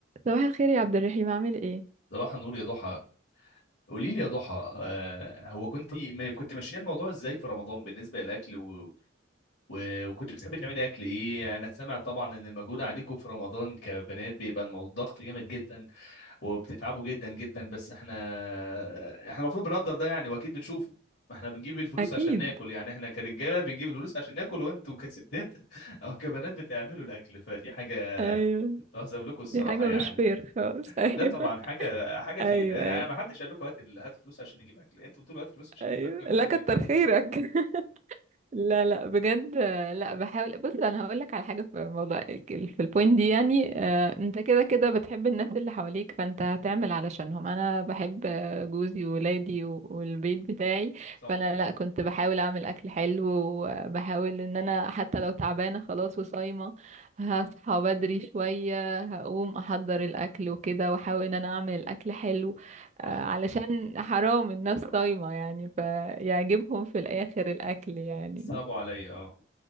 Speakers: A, on the right; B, on the left.
A: صباح الخير يا عبد الرحيم عامل ايه
B: صباح النور يا ضحى قولي لي يا ضحى آه هو كنت ما كنت ماشيه الموضوع ازاي في رمضان بالنسبه للاكل و... و... وكنت بتحبي تعملي اكل ايه انا سامع طبعا ان المجهود عليكم في رمضان كبنات بيبقى الموضوع ضغط جامد جدا وبتتعبوا جدا جدا بس احنا احنا المفروض بنقدر ده يعني واكيد بتشوفوا ما احنا بنجيب الفلوس
A: اكيد
B: عشان ناكل يعني احنا كرجاله بنجيب الفلوس عشان ناكل وانتوا كستات <laughs> او كبنات بتعملوا الاكل فدي حاجه
A: ايوه
B: تحسب لكم الصراحه
A: دي حاجه
B: يعني
A: مش فير خالص <laughs> ايوه
B: لا طبعا حاجه حاجه في
A: ايوه
B: أنا-
A: ايوه
B: ما حدش قال لكم هات ال- هاتوا فلوس عشان نجيب اكل انتوا بتقولوا هاتوا فلوس عشان
A: ايوه
B: نجيب اكل
A: لا
B: فاحنا
A: كتر
B: بنجيب
A: خيرك <laughs> لا لا بجد آه، لا بحاول بص انا هقول لك على حاجه في موضوع ال- في البوينت دي يعني آه، انت كده كده بتحب الناس اللي حواليك فانت هتعمل علشانهم انا بحب آه، جوزي وولادي و- والبيت بتاعي
B: صح
A: فانا لا كنت بحاول اعمل اكل حلو وبحاول ان انا حتى لو تعبانه خلاص وصايمه هصحى بدري شويه هقوم احضر الاكل وكده واحاول ان انا اعمل الاكل حلو
B: صح
A: آه، علشان حرام الناس صايمه يعني فيعجبهم في الاخر الاكل يعني
B: صعبوا عليا اه